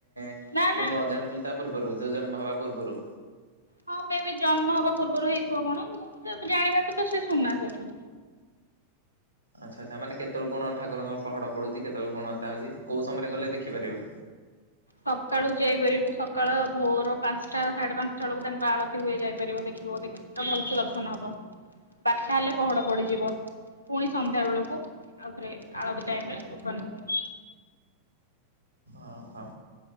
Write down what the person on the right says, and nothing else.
ତୁ
ନ ଜାଣିଥିଲୁ ତା ପୂର୍ବରୁ ତୋ ଜନ୍ମ ହେବା ପୂର୍ବରୁ।
ଆଚ୍ଛା ଆଚ୍ଛା। ମାନେ କେତେବେଳ କଣ ଠାକୁରଙ୍କ ପହଡ ପଡୁଛି। କେତେବେଳୁ କଣ ଥା ହଉଛି କୋଉ ସମୟରେ ଗଲେ ଦେଖିପାରିବୁ।
ଓ ହୋ